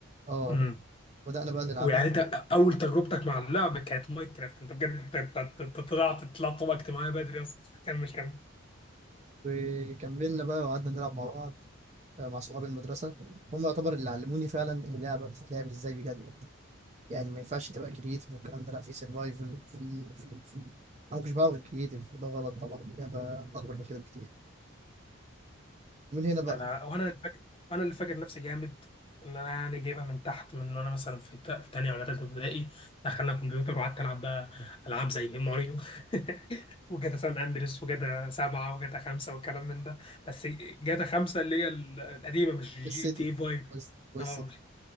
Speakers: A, on the right (about 35°); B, on the left (about 25°).
A: اه
B: امم
A: بدأنا بقى نلعبها
B: ويعني انت اول تجربتك مع اللعب كانت ماينكرافت انت بجد انت انت- انت- انت طلعت طلعت طبقة اجتماعية بدري يا اسطى كمل كمل
A: وكملنا بقى وقعدنا نلعب مع بعض آه، مع صحاب المدرسة هم يعتبر اللي علموني فعلا اللعبة بتتلعب ازاي بجد يعني ما ينفعش تبقى كرييتيف والكلام ده لا في سرفايفل في في في انا ما كنتش بعرف غير كرييتيف وده غلط طبعا اللعبة اكبر من كده بكتير ومن هنا بقى
B: انا وانا اللي فاكر وانا اللي فاكر نفسي جامد ان انا يعني جايبها من تحت من وانا مثلا في تا- في تانية ولا تالتة ابتدائي دخلنا كمبيوتر وقعدت العب بقى العاب زي ماريو <laughs> وجاتا سان اندريس وجاتا سبعة وجاتا خمسة والكلام من ده بس جاتا خمسة اللي هي ال- القديمة مش جي
A: السيتي
B: تي إيه فايف
A: والسيتي
B: اه مش